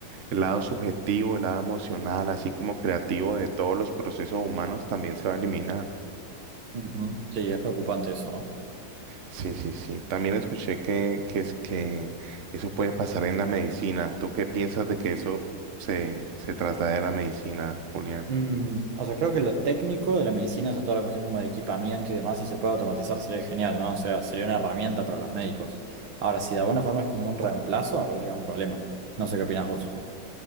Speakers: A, on the right (about 50°); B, on the right (about 75°).
A: el lado subjetivo, el lado emocional, así como creativo de todos los procesos humanos también se va a eliminar.
B: Ujú. Sí, es preocupante eso, ¿no?
A: Sí, sí, sí. También escuché que, que es que eso puede pasar en la medicina. ¿Tú qué piensas de que eso se, se traslade a la medicina, Julián?
B: Mm, o sea, creo que lo técnico de la medicina, o sea, toda la cuestión como de equipamiento y demás, si se puede automatizar sería genial, ¿no? O sea, sería una herramienta para los médicos. Ahora, si de alguna forma es como un reemplazo, me parece que es un problema. No sé qué opinas vos.